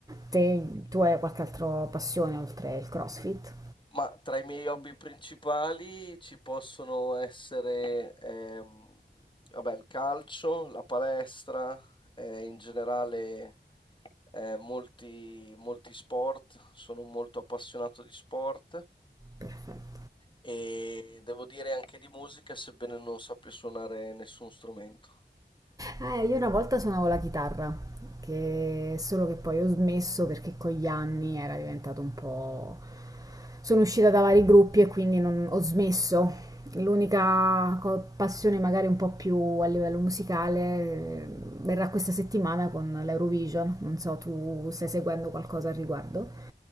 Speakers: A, on the right; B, on the left.
A: Te, tu hai qualche altra passione oltre il CrossFit?
B: Ma tra i miei hobby principali ci possono essere, ehm, vabbè, il calcio, la palestra, eh, in generale eh, molti, molti sport, sono molto appassionato di sport
A: Perfetto.
B: e devo dire anche di musica, sebbene non sappia suonare nessun strumento.
A: Eh, io una volta suonavo la chitarra, che solo che poi ho smesso perché con gli anni era diventato un po'... Sono uscita da vari gruppi e quindi non- ho smesso. L'unica co- passione magari un po' più a livello musicale eh, verrà questa settimana con l'Eurovision. Non so, tu stai seguendo qualcosa al riguardo?